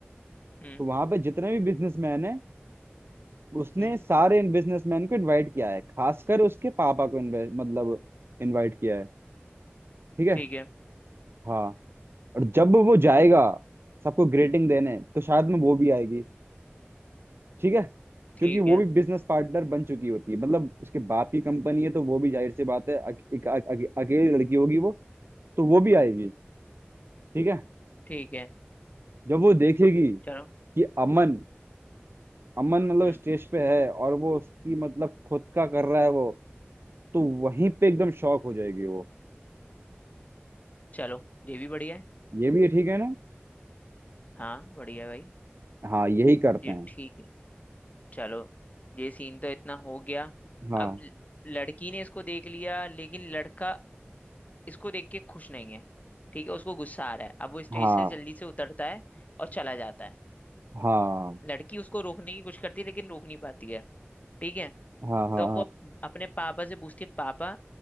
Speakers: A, on the left (about 35°); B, on the right (about 65°).
A: हम्म
B: तो वहां पे जितने भी बिजनेसमैन हैं उसने
A: हम्म
B: सारे इन बिजनेसमैन को इनवाइट किया है खासकर उसके पापा को invite- मतलब इनवाइट किया है ठीक है
A: ठीक है
B: हाँ और जब वो जाएगा सबको ग्रेटिंग देने तो शायद में वो भी आएगी ठीक है
A: ठीक
B: क्योंकि वो
A: है
B: भी बिजनेस पार्टनर बन चुकी होती है मतलब उसके बाप की कंपनी है तो वो भी जाहिर सी बात है अक- एक- अक- अक- अकेली लड़की होगी वो तो वो भी आएगी ठीक है
A: ठीक है
B: जब वो देखेगी कि
A: चलो
B: अमन अमन मतलब
A: हम्म
B: स्टेज पे है और वो उसकी मतलब खुद का कर रहा है वो तो वहीं पे एकदम शॉक हो जाएगी वो
A: चलो ये भी बढ़िया है
B: ये भी ठीक है ना
A: हाँ बढ़िया है भाई
B: हाँ यही करते
A: ये
B: हैं
A: ठीक है चलो ये सीन तो इतना हो गया
B: हाँ
A: अब ल- लड़की ने इसको देख लिया लेकिन लड़का इसको देख के खुश नहीं है ठीक है उसको गुस्सा आ रहा है अब वो स्टेज
B: हाँ
A: से जल्दी से उतरता है और चला जाता है
B: हाँ
A: लड़की उसको रोकने की कोशिश करती है लेकिन रोक नहीं पाती है ठीक है
B: हाँ हाँ
A: तो वो अपने पापा से पूछती है पापा